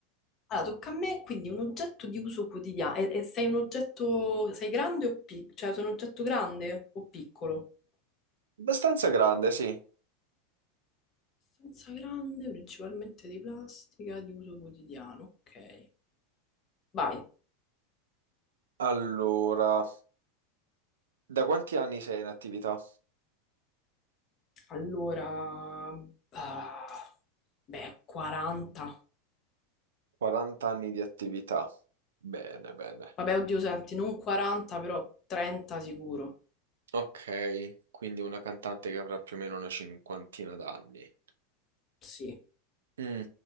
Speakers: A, on the left; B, on the right.
A: Allora, tocca a me, quindi un oggetto di uso quotidiano. E, e sei un oggetto... Sei grande o piccolo? Cioè, sei un oggetto grande o piccolo?
B: Abbastanza grande, sì.
A: Abbastanza grande, principalmente di plastica, di uso quotidiano. Ok. Vai.
B: Allora, da quanti anni sei in attività?
A: Allora, ah, beh, 40.
B: 40 anni di attività. Bene, bene.
A: Vabbè, oddio, senti, non 40, però 30 sicuro.
B: Ok, quindi una cantante che avrà più o meno una cinquantina d'anni.
A: Sì.
B: Mm,